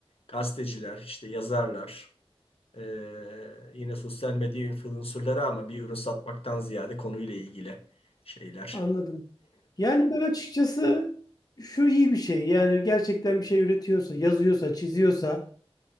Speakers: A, on the left; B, on the left.
A: Gazeteciler, işte yazarlar, ee, yine sosyal medya influencerları ama bir ürün satmaktan ziyade konuyla ilgili şeyler.
B: anladım. Yani ben açıkçası şu iyi bir şey. Yani gerçekten bir şey üretiyorsa, yazıyorsa, çiziyorsa